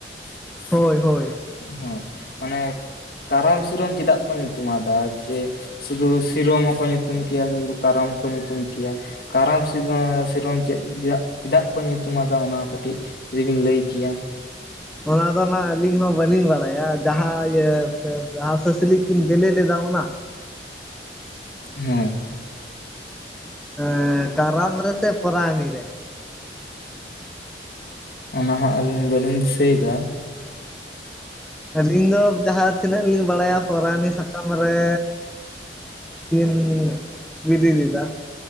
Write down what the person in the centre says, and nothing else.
ᱦᱳᱭ ᱦᱳᱭ᱾
<inaudible> ᱚᱱᱟ ᱫᱚ ᱱᱟᱜ ᱟᱹᱞᱤᱧ ᱦᱚᱸ ᱵᱟᱹᱞᱤᱧ ᱵᱟᱲᱟᱭᱟ ᱡᱟᱦᱟᱸ ᱤᱭᱟᱹ ᱦᱟᱸᱥ ᱦᱟᱹᱥᱞᱤ ᱠᱤᱱ ᱵᱮᱞᱮ ᱞᱮᱫᱟ ᱚᱱᱟ?
ᱦᱮ ᱠᱟᱨᱟᱢ ᱨᱮ ᱥᱮ ᱯᱚᱨᱟᱭᱟᱱᱤ ᱨᱮ?
ᱟᱹᱞᱤᱧ ᱫᱚ ᱡᱟᱦᱟᱸ ᱛᱤᱱᱟᱹᱜ ᱞᱤᱧ ᱵᱟᱲᱟᱭᱟ ᱯᱚᱨᱟᱱᱤ ᱥᱟᱠᱟᱢ ᱨᱮ ᱠᱤᱱ ᱵᱤᱞᱤ ᱞᱤᱫᱟ ᱾